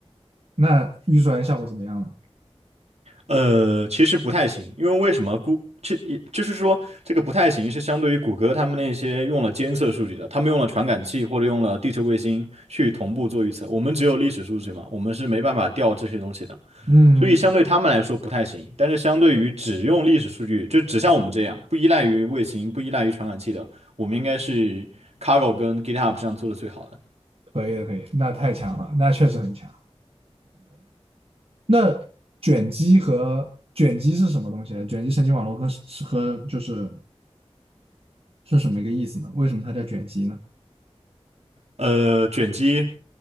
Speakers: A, on the right (about 60°); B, on the right (about 75°).
A: 那预算效果怎么样呢？
B: 呃，其实不太行，因为为什么估其也就是说这个不太行是相对于谷歌他们那些用了监测数据的，他们用了传感器或者用了地球卫星去同步做预测，我们只有历史数据嘛，我们是没办法调这些东西的，
A: 嗯，
B: 所以相对他们来说不太行。但是相对于只用历史数据，就只像我们这样不依赖于卫星、不依赖于传感器的，我们应该是 Cargo 跟 GitHub 上做的最好的。
A: 可以的，可以的那太强了，那确实很强。那卷积和卷积是什么东西呢？卷积神经网络跟是和就是是什么一个意思呢？为什么它叫卷积呢？
B: 呃，卷积，